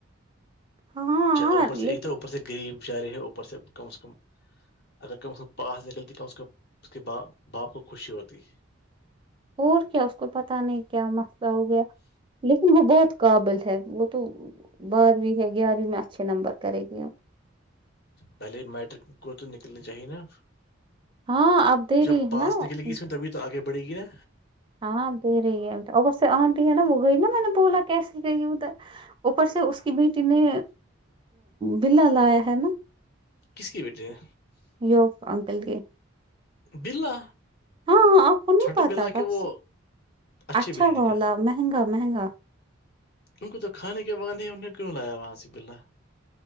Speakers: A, on the right; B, on the left.
A: ہاں
B: اوپر
A: لیکن
B: ایک تھا اوپر سے غریب شاعر ہے اوپر سے کم از کم اگر کہب اس کے پاس نکلتی اس اس کے باپ کو خوشی ہوتی
A: اور کیا اس کو پتاہ نہیں کیا مسئلہ ہو گیا لیکن وہ بہت قابل ہے وہ تو بارہویں ہے گیارہویں میں اچھے نمبر کرے گی آب
B: پہلے میٹرک کو تو نکلنی چاہیے نا
A: ہاں آپ دے
B: جب
A: رہی
B: پاس
A: ہے نا
B: نکلے گی اس میں تبھی تو آگے بڑھے گی نا
A: ہاں دے رہی ہے ا آنٹی ہے نا وہ گئی نا میں نے بولا کیسے گئی ادھر اوپر سے اس کی بیٹی نے بلا لایا ہے نا
B: کس کی بیٹی ہے
A: ی انکل کے
B: بلا
A: ہاں ہاں آپ کو نہیں
B: چھٹے
A: پاتاب
B: بلا کے وہ
A: سے
B: اچھے
A: اچھا
B: بریڈ
A: والالا
B: کا
A: مہنگا مہنگا
B: ان کو تو کھانے کے بد ہی ان نے کیوں لایا وہاں سے بلہ